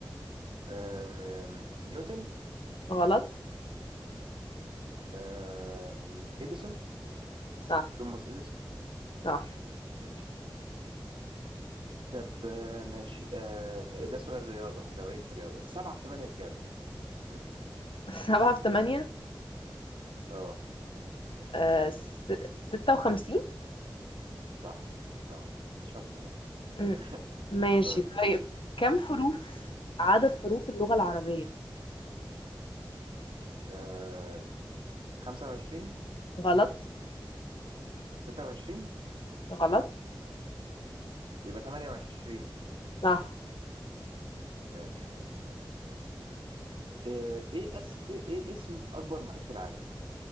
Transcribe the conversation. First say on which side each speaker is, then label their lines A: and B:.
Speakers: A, on the right; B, on the left.
A: آم، نيوتن
B: غلط
A: آم، إديسون
B: صح
A: توماس إديسون ماشي
B: صح
A: ماشي طب آه، ماشي آه، ده سؤال رياضة لو ليك في الرياضة سبعة في تمانية بكام؟ <laughs>
B: <laughs> سبعة في تمانية
A: اه
B: آه س... ستة وخمسين
A: صح صح انت شاطرة اهو
B: مم.
A: <laughs>
B: ماشي
A: طيب
B: طيب
A: ماشي
B: كم حروف عدد حروف اللغة العربية
A: آه، خمسة وعشرين
B: غلط
A: ستة وعشرين
B: غلط
A: يبقى تمانية وعشرين
B: صح
A: ماشي ماشي ماشي آه، ايه أس... ايه اسم اكبر محيط في العالم